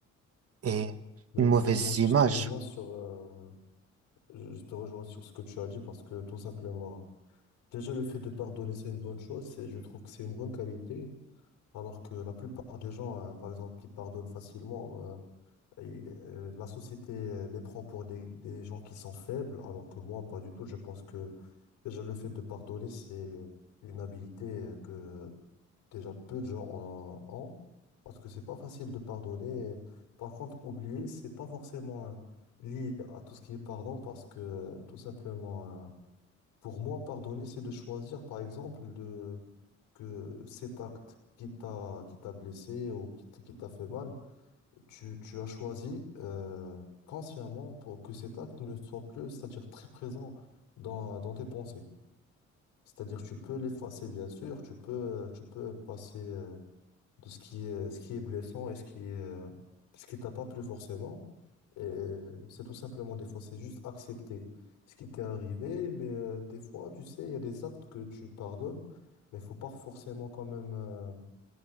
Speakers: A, on the right; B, on the left.
A: et
B: Mais
A: une mauvaise
B: écoute, moi aussi,
A: image.
B: je te rejoins sur, euh, je je te rejoins sur ce que tu as dit parce que tout simplement, déjà le fait de pardonner, c'est une bonne chose. C'est, je trouve que c'est une bonne qualité. Alors que la plupart des gens, euh, par exemple, qui pardonnent facilement, euh, Et, euh, la société euh, les prend pour des, des gens qui sont faibles, alors que moi, pas du tout. Je pense que déjà le fait de pardonner, c'est une habilité euh, que déjà peu de gens en- ont, parce que c'est pas facile de pardonner. Par contre, oublier, c'est pas forcément euh, lié à tout ce qui est pardon, parce que euh, tout simplement, euh, pour moi, pardonner, c'est de choisir, par exemple, de que cet acte qui t'a qui t'a blessé ou qui t- qui t'a fait mal tu, tu as choisi euh, consciemment pour que cet acte ne soit plus, c'est-à-dire très présent dans, dans tes pensées. C'est-à-dire tu peux l'effacer, bien sûr, tu peux, tu peux passer euh, de ce qui est, ce qui est blessant et ce qui est, euh, ce qui t'a pas plu forcément. Et c'est tout simplement des fois, c'est juste accepter ce qui t'est arrivé, mais euh, des fois, tu sais, il y a des actes que tu pardonnes, mais il faut pas forcément quand même, euh,